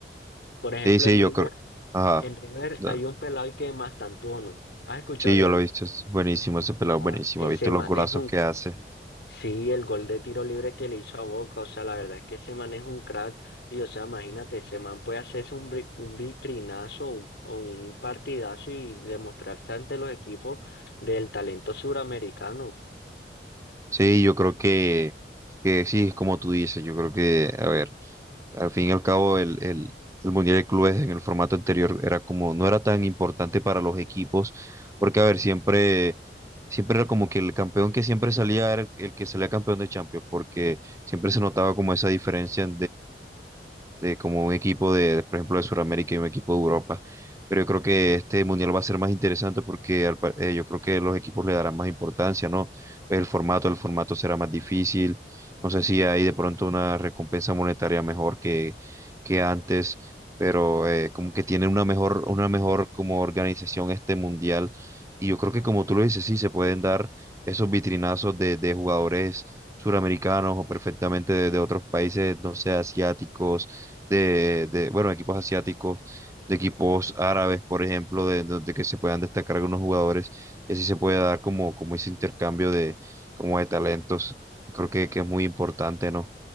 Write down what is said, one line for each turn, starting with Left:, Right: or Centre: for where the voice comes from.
Left: Por ejemplo,
Right: Sí, sí,
Left: en River,
Right: yo creo. Ajá.
Left: en River
Right: Da-
Left: hay un pelado que es Mastantuono. ¿Has escuchado
Right: Sí,
Left: de
Right: yo lo
Left: él?
Right: he visto. Es buenísimo ese pelado,
Left: Guau,
Right: buenísimo.
Left: Ese
Right: He visto
Left: man
Right: los golazos
Left: es un
Right: que hace.
Left: Sí, el gol de tiro libre que le hizo a Boca, o sea, la verdad es que ese man es un crack y, o sea, imagínate, ese man puede hacerse un, bri- un vitrinazo un- o un partidazo y demostrarse ante los equipos del talento suramericano.
Right: Sí, yo creo que, que sí, es como tú dices, yo creo que, a ver, al fin y al cabo el, el, el Mundial de Clubes en el formato anterior era como, no era tan importante para los equipos, porque a ver, siempre, siempre era como que el campeón que siempre salía era el, el que salía campeón de Champions, porque siempre se notaba como esa diferencia de como un equipo de, por ejemplo, de Sudamérica y un equipo de Europa. Pero yo creo que este mundial va a ser más interesante porque al pa- eh, yo creo que los equipos le darán más importancia, ¿no? Pues El formato, el formato será más difícil. No sé si hay de pronto una recompensa monetaria mejor que, que antes, pero eh, como que tiene una mejor, una mejor como organización este mundial. Y yo creo que como tú lo dices, sí, se pueden dar esos vitrinazos de, de jugadores suramericanos o perfectamente de, de otros países, no sé, asiáticos de, de, bueno, equipos asiáticos, de equipos árabes, por ejemplo, de, donde que se puedan destacar algunos jugadores y así se puede dar como, como ese intercambio de, como de talentos. Creo que, que es muy importante, ¿no?